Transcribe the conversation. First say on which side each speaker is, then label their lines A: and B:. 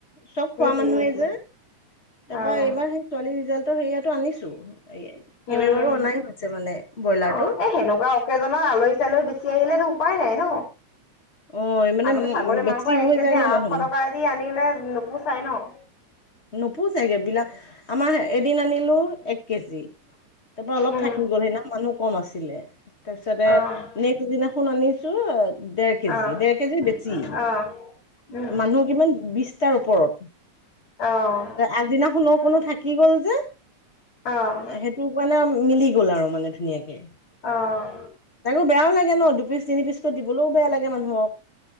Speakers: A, on the left; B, on the left.
A: চব খোৱা
B: সেইটোৱে,
A: মানুহে
B: সেইটোৱে।
A: যে তাপা
B: অ',
A: এইবাৰ সে ছোৱালী ৰিজাল্টৰ হেৰিয়াতো আনিছো
B: উম।
A: কেইবাৰো অনাই হৈছে মানে ব্ৰইলাৰটো
B: অ এই সেনেকুৱা অকেজনৰ আলহী চালহী বেছি আহিলেতো উপায় নাই ন
A: অ মানে
B: আপুনি ছাগলী
A: বেছি
B: মাংস এক
A: হৈ
B: কেজি
A: যায় ন
B: আঢ়শ
A: মানুহ
B: টকা দি আনিলে নোপোচাই ন
A: নোপোচায়গে বিলাক আমাৰ এদিন আনিলো এক কেজি তাৰপৰা অলপ
B: উম,
A: থাকি গ'ল সেইদি মানুহ কম আছিলে তাৰপিছতে
B: অ',
A: নে পিছদিনাখন আনিছো দেৰ কেজি
B: অ',
A: দেৰ কেজি বেছি
B: অ', উম,
A: মানুহৰ কিমান বিছ টাৰ ওপৰত
B: অ',
A: আগদিনাখনো কোনো থাকি গ'ল যে
B: অ',
A: সেই টো কানে মিলি গ'ল আৰু মানে ধুনীয়াকে
B: অ'।
A: তাকো বেয়াও লাগে ন দুপিচ তিনি পিচকৈ দিবলৈও বেয়া লাগে মানুহক